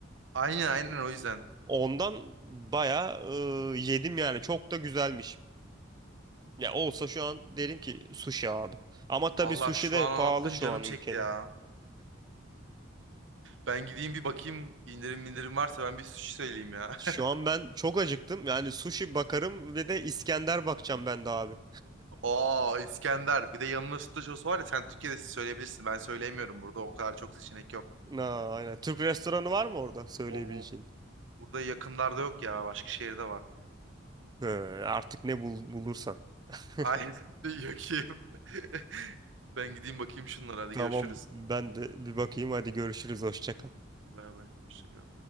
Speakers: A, on the right; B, on the right.
A: aynen aynen o yüzden.
B: Ondan bayağı e, yedim yani. Çok da güzelmiş. Ya olsa şu an derim ki sushi abi. Ama tabii
A: Vallahi
B: sushi
A: şu
B: de
A: an anlattın
B: pahalı şu
A: canım
B: an
A: çekti
B: ülkede.
A: ya. Ben gideyim bir bakayım indirim indirim varsa ben bir sushi söyleyeyim ya.
B: Şu
A: <laughs>
B: an ben çok acıktım. Yani sushi bakarım ve de İskender bakacağım ben de abi.
A: Aa İskender. Bir de yanına sütlaç sosu var ya sen Türkiye'de siz söyleyebilirsin. Ben söyleyemiyorum. Burada o kadar çok seçenek yok.
B: Na, aynen. Türk restoranı var mı orada söyleyebileceğin?
A: Oo, burada yakınlarda yok ya. Başka şehirde var.
B: He, artık ne bul bulursan. <laughs>
A: Ay <laughs> yok. ki. <laughs> Ben gideyim bakayım şunlara. Hadi
B: Tamam
A: görüşürüz.
B: ben de bir bakayım. Hadi görüşürüz. Hoşça kal.
A: Bay bay. Hoşça kal.